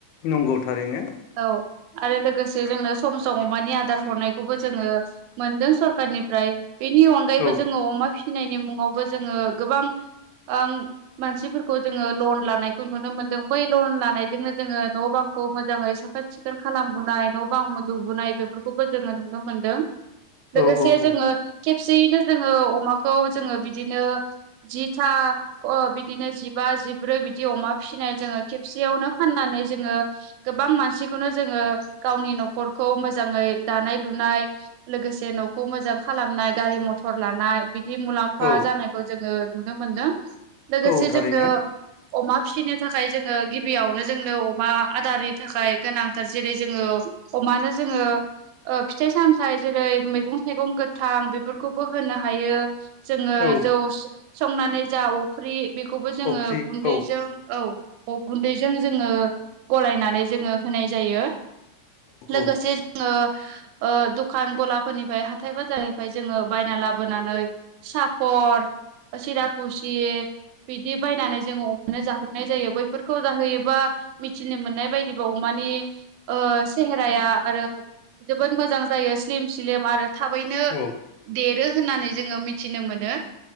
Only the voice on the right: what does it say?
औ आरो लोगोसे जोंनो सम सम अमानि आदार हरनायखौबो जोङो मोनदों सरखारारनिफ्राय। बेनि अनगायैबो
जोङो अमा फिसिनायनि मुङावबो जोङो गोबांं ओं मानसिफोरखौ जोङो लन लानायखौ नुनो मोनदों। बै लन लानायजोंनो जोङो न' बांखौ मोजाङै साखोन सिखोन खालामबोनाय न' बां लुबोनाय बेफोरखौबो जोङो नुनो मोनदों। लोगोसे
जोङो
थिख खेबसेयैनो जोङो अमाखौ जोङो बिदिनो जिथा अ बिदिनो जिबा जिब्रै बिदि अमा फिसिनाय जोङो खेबसेयावनो फाननानै जोङो गो बां मानसिखौनो जोङो गावनि न'खरखौ मोजाङै दानाय लुनाय लोगोसे न खौ मोजां खालामनाय गारि मथर लानाय बिदि मुलामफा
जानायखौ जोङो नुनो मोनदों। लोगोसे
जोंनो अमा फिसिनो थाखाय जोङो गिबियावनो जोंनो अमा आदारनि थाखाय गोनांथार जेरै जोङो मानो जोङो ओ फिथाइ सामथायाइ जेरै मैगं थाइगं गोथां बेफोरखौबो होनो हायो। जोङो
जौ संनानै जा अफ्रि बेखौबो जोङो
गुनदैजों
औ गुन्दैजों जोङो गलायनानै जोङो होनाय जायो लोगोसे
जोङो ओ दखान गलाफोरनिफ्राय हाथाय बाजारनिफ्राय जोङो बायना लाबोनानै सापर सिराखुसि बिदि बायनानै जोङो अमानो जाहोनाय जायो बैफोरखौ जाहोयोबा मिथिनो मोननाय बायदिबा अमानि ओ सेहेराया आरो जोबोद मोजां जायो स्लिम स्लिम आरो थाबैनो
देरो होननानै जोङो मिथिनो मोनो।